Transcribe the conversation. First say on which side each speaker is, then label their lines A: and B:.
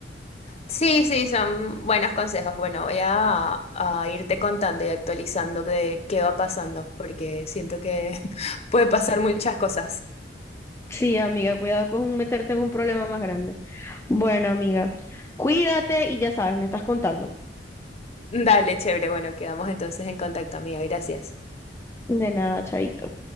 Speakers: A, on the left; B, on the left.
A: Sí, sí, son buenos consejos. Bueno, voy a, a irte contando y actualizando de qué va pasando, porque siento que <laughs> puede pasar muchas cosas.
B: Sí, amiga, cuidado con meterte en un problema más grande. Bueno, amiga, cuídate y ya sabes, me estás contando.
A: Dale, chévere. Bueno, quedamos entonces en contacto, amiga. Gracias.
B: De nada, chaito.